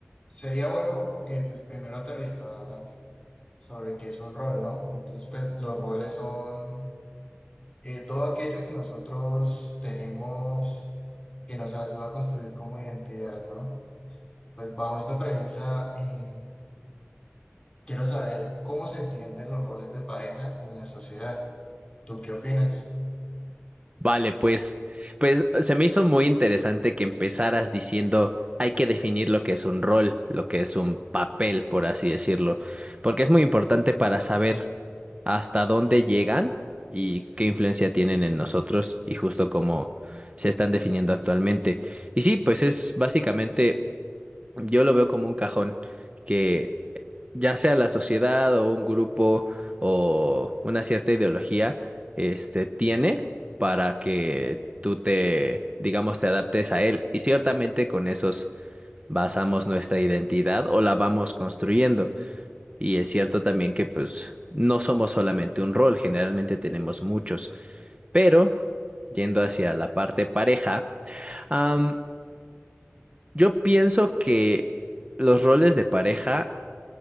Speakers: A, on the left (about 25°); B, on the right (about 30°).
A: Sería bueno, eh, pues primero aterrizar sobre qué es un rol, ¿no? Entonces, pues los roles son eh, todo aquello que nosotros tenemos que nos ayuda a construir como identidad, ¿no? Pues bajo esta premisa, eh, quiero saber cómo se entienden los roles de pareja en la sociedad. ¿Tú qué opinas?
B: Vale, pues, pues se me hizo muy interesante que empezaras diciendo hay que definir lo que es un rol, lo que es un papel, por así decirlo, porque es muy importante para saber hasta dónde llegan y qué influencia tienen en nosotros y justo cómo se están definiendo actualmente. Y sí, pues es básicamente, yo lo veo como un cajón que ya sea la sociedad o un grupo o una cierta ideología, este, tiene para que tú te, digamos, te adaptes a él. Y ciertamente con esos basamos nuestra identidad o la vamos construyendo. Y es cierto también que pues no somos solamente un rol, generalmente tenemos muchos. Pero, yendo hacia la parte pareja, am, yo pienso que los roles de pareja